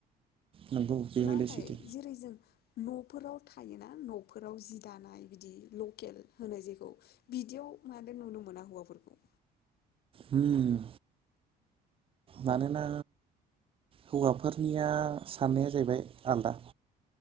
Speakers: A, on the right; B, on the left.
A: नंगौ बे
B: नाथाय
A: हयले सैथो
B: जेरै जों न' न'फोराव थायोना न'फोराव जि दानाय बिदि लकेल होनाय जेखौ बिदियाव माथो नुनो मोना हौवाफोरखौ।
A: हम। मानोना हौवाफोरनिया साननाया जाहैबाय आलदा,